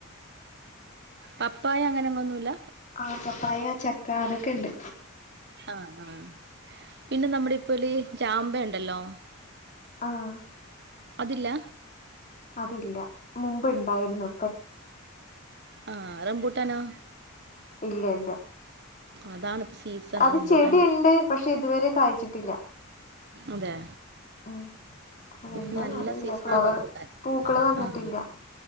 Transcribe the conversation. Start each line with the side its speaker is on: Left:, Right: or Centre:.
Right: പപ്പായ അങ്ങനന്നുമല്ല.
Left: ആഹ പപ്പായ ചക്ക അതൊക്കെണ്ട്.
Right: ആഹ ആഹ പിന്നെ നമ്മുടെ ഇപ്പോല് ചാമ്പ ഉണ്ടല്ലോ.
Left: ആഹ
Right: അതില്ല
Left: അതില്ല മുമ്പ് ഉണ്ടായിരുന്നു.
Right: ആഹ് റംബൂട്ടാനോ.
Left: ഇല്ല ഇല്ല.
Right: അതാണ്ഇപ്പ സീസൺ
Left: അത്
Right: റംബൂട്ടാന്റെ.
Left: ചെടിയുണ്ട് പക്ഷെ ഇതുവരെ കഴിച്ചിട്ടില്ല.
Right: അതെ
Left: ഉം അതെന്താന്നറിയില്ല
Right: ഇപ്പൊ നല്ല സീസണാ
Left: ഫ്ലവറ്.
Right: റംബൂട്ടാൻ
Left: പൂക്കള് വന്നിട്ടില്ല.
Right: ആഹ്